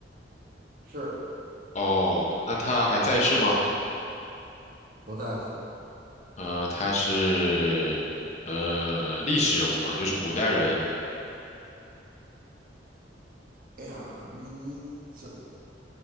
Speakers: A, on the right; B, on the left.
A: 是
B: 哦，那他还在世吗？
A: 不在了。
B: 呃，他是呃历史人物嘛，就是古代人
A: 哎呀，你你这